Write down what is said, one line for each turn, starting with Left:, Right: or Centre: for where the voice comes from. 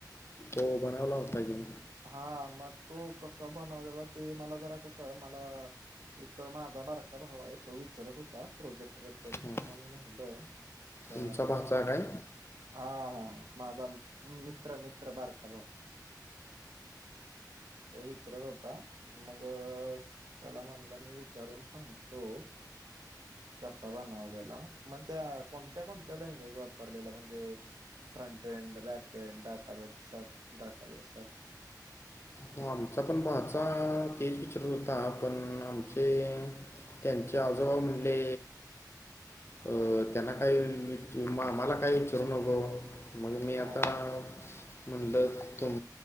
Left: हो बनवला होता की.
Right: हा मग तो कसा बनवलेला ते मला जरा कसं मला. एक माझा बारका भाव आहे तो विचारत होता प्रोजेक्ट बद्दल
Left: हं.
Right: मग मी म्हणलं. तर
Left: तुमचा भाचा काय
Right: हा हा माझा मित्र मित्र बारका भाऊ. तो विचारत होता मग त्याला म्हणलं मी विचारून सांगतो. कसा बनवलेला मग त्या कोणत्या कोणत्या लँग्वेज वापरलेला म्हणजे. Front end backend database database साठी.
Left: हो, आमचा पण पहाचा तेच विचारत होता पण आमचे त्यांचे आजोबा म्हणले अ त्यांना काय वि मला काय विचारू नको मग मी
Right: हा
Left: आता म्हटल तुम